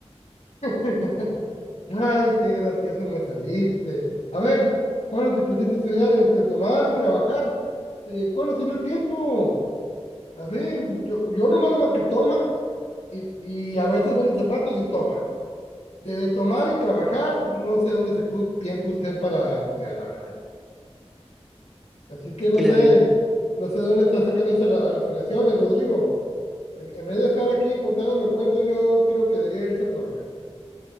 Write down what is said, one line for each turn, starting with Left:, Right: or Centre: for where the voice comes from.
Left: <laughs> Ay, qué gracioso me saliste. A ver, ¿cuándo te pusiste a estudiar entre tomar y trabajar? Eh, ¿cuándo salió el tiempo? A ver, yo, yo nomás lo veo que toma y, y a veces vende zapatos y toma. De, de tomar y trabajar, no sé dónde sacó tiempo usted para estudiar, la verdad. Así que
Centre: Es
Left: no
Centre: que la
Left: sé,
Centre: verdad,
Left: no sé dónde están sacándose la- las alucinaciones, Rodrigo. En, en vez de estar aquí contándome cuentos, yo creo que debería irse a trabajar.